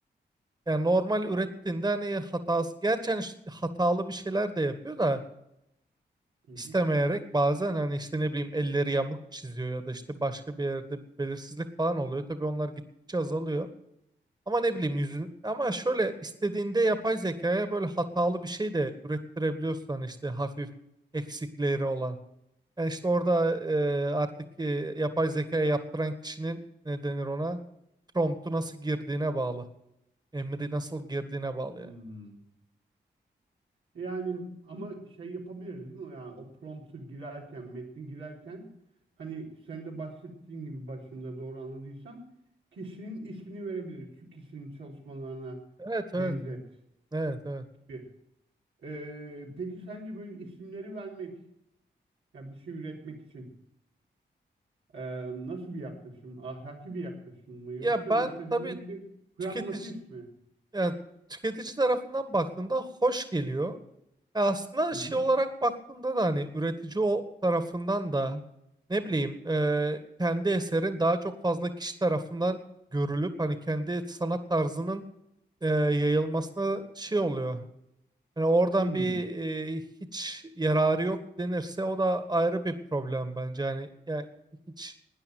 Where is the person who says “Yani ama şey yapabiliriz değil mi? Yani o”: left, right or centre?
Right